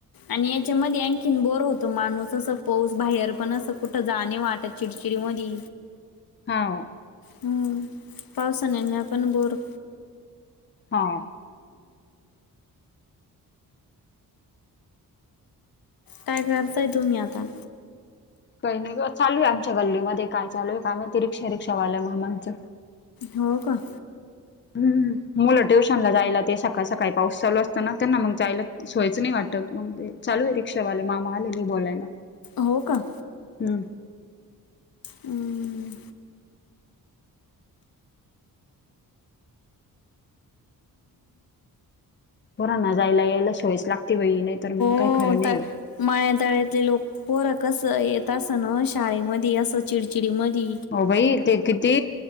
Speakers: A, on the left; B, on the left.
A: आणि याचा मधी आणखीन बोर होत मानूस असं पाऊस बाहेर पण असं कुठं जा नी वाटत. चिडचिडी मधी
B: हाव
A: हम्म पावसानेने पण बोर
B: हा
A: काय करताय तुम्ही आता?
B: काही नाही ग चालू आहे आमच्या गल्लीमध्ये काय चालू आहे काय माहिती? रिक्षा रिक्षा वाल्या मामांच.
A: हो का
B: हम्म मुलं ट्युशन ला जायला ते सकाळ सकाळी पाऊस चालू असतो ना त्यांना मग जायला सोयचं नाही वाटत, मग ते चालू आहे रिक्षावाले मामा आलेले आहे बोलायला.
A: हो का?
B: हम्म
A: हम्म.
B: पोरांना जायला यायला सोयच लागते बाई नाही तर मग काही
A: हो
B: खरं नाही
A: तर मळ्या तळ्यातले लोक पोर कस येत असन ओ शाळेमध्ये असं चिडचिडी मधी.
B: हो बाई ते किती